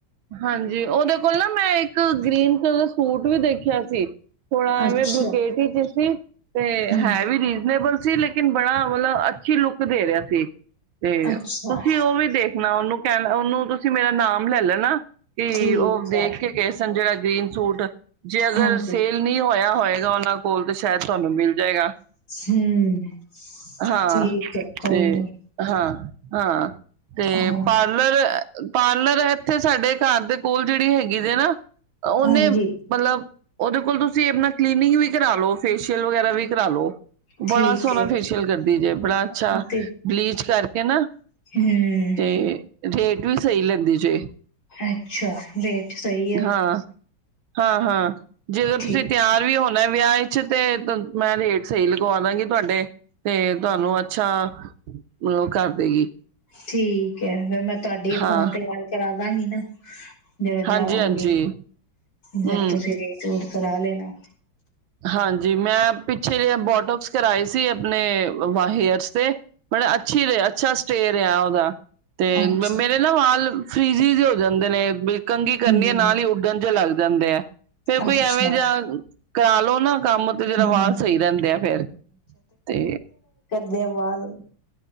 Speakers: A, on the right; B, on the left.
A: ਹਾਂਜੀ, ਉਹਦੇ ਕੋਲ ਨਾ ਮੈਂ ਇੱਕ ਗ੍ਰੀਨ ਕਲਰ ਦਾ ਸੂਟ ਵੀ ਦੇਖਿਆ ਸੀ। ਥੋੜਾ
B: ਅੱਛਾ
A: ਐਵੇਂ ਬਰੁਕੇਟ ਹੀ ਚ ਸੀ ਤੇ
B: ਹਾਂਜੀ
A: ਹੈ ਵੀ ਰੀਜਨੇਬਲ ਸੀ ਲੇਕਿਨ ਬੜਾ ਮਤਲਬ ਅੱਛੀ ਲੁੱਕ ਦੇ ਰਿਹਾ ਸੀ ਤੇ
B: ਅੱਛਾ
A: ਤੁਸੀਂ ਉਹ ਵੀ ਦੇਖਣਾ ਉਹਨੂੰ ਕਹਿਣ ਉਹਨੂੰ ਤੁਸੀਂ ਮੇਰਾ ਨਾਮ ਲੈ ਲੈਣਾ ਕੀ
B: ਠੀਕ
A: ਉਹ ਦੇਖ
B: ਹੈ
A: ਕੇ ਗਏ ਸੀ ਤੇ ਗ੍ਰੀਨ ਸੂਟ ਜੇ ਅਗਰ
B: ਹਾਂਜੀ
A: ਸੇਲ ਨ ਹੋਇਆ ਹੋਏਗਾ ਉਹਨਾਂ ਕੋਲ ਤੇ ਸ਼ਾਇਦ ਤੁਹਾਨੂੰ ਮਿਲ ਜਾਏਗਾ।
B: ਹੂੰ
A: ਹਾਂ
B: ਠੀਕ ਹੈ ਕੋਈ
A: ਤੇ
B: ਨੀ
A: ਹਾਂ, ਹਾਂ ਤੇ
B: ਉਹ
A: ਪਾਰਲਰ-ਪਾਰਲਰ ਇੱਥੇ ਸਾਡੇ ਘਰ ਦੇ ਕੋਲ ਜਿਹੜੀ ਹੈਗੀ ਹੈ ਨਾ ਉਹਓਹਨੇ
B: ਹਾਂਜੀ
A: ਮਤਲਬ ਓਦੇ ਕੋਲ ਤੁਸੀਂ ਆਪਣਾ ਕਲੀਨਿੰਗ ਵੀ ਕਰਾਾਲੋ ਫੇਸ਼ੀਅਲ ਵਗੈਰਾ ਵੀ ਕਰਾਾਲੋ,
B: ਠੀਕ
A: ਬੜਾ ਸੋਹਣਾ
B: ਹੈ
A: ਫੇਸ਼ੀਅਲ ਕਰਦੀ ਜੇ ਬੜਾ ਅੱਛਾ
B: ਤੇ
A: ਬਲੀਚ ਕਰਕੇ ਨਾ
B: ਹਮ
A: ਤੇ ਤੇ ਵੀ ਸਹੀ ਲਗਦੀ ਜੇ।
B: ਅੱਛਾ, ਰੇਟ ਸਹੀ ਹ
A: ਹਾਂ, ਹਾਂ-ਹਾਂ, ਜੇਦੋਂ ਤੁਸੀਂ
B: ਠੀਕ
A: ਤਿਆਰ
B: ਹੈ
A: ਵੀ ਹੋਣਾ ਵਿਆਹ ਵਿੱਚ ਅੱਛਾ ਤੇ, ਤਨ ਮੈਂ ਰੇਟ ਸਹੀ ਲਗਵਾਦਾਂਗੀ ਤੁਹਾਡੇ ਤੇ ਤੁਹਾਨੂੰ ਅੱਛਾ ਮਤਬਲ ਓ ਕਰ ਦੇਗੀ।
B: ਠੀਕ ਹੈ, ਫੇਰ ਮੈਂ ਤੁਹਾਡੇ
A: ਹਾਂ
B: ਫੋਨ ਤੇ ਗੱਲ ਕਰਾ ਦਾਂਗੀ ਨਾ ਜਦੋਂ ਜਾਵਾਂਗੇ।
A: ਹਾਂਜੀ ਹਾਂਜੀ
B: ਫੇਰ
A: ਹੂੰ,
B: ਤੁਸੀਂ ਰੇਟ ਰੂਟ ਕਰਾ ਲੈਣਾ।
A: ਹਾਂਜੀ, ਮੈਂ ਪਿੱਛੇ ਜਿਹਾ ਬੋਟਮਸ ਕਰਵਾਏ ਸੀ ਆਪਣੇ ਵਾਲ ਹੈਰਸ ਤੇ ਮਤਲਬ ਅੱਛੀ ਰ ਅੱਛਾ ਸਟੇਅ ਰਿਹਾ ਓ ਦਾ? ਤੇ
B: ਅੱਛਾ
A: ਮੇਰੇ ਨਾ ਵਾਲ ਫ੍ਰਿ ਵਿਚ ਵੀ ਹੋ ਜਾਂਦੇ ਨੇ ਕੰੰਘੀ ਕਰਨੀ
B: ਹਮ
A: ਹੈ ਨਾਲ ਹੀ ਉਧਨ ਜਾਹੇ ਲੱਗ ਜਾਂਦੇ ਆ ਫੇਰ ਕੋਈ
B: ਅੱਛਾ
A: ਐਵੇਂ ਜਾ ਕਰਾਲੋ ਨਾ ਕੰਮ ਤੇ ਜਰਾ
B: ਹਮ
A: ਵਾਲ ਸਹੀ ਰਹਿੰਦੇ ਆ ਫੇਰ ਤੇ
B: ਦੇ ਵਾਲ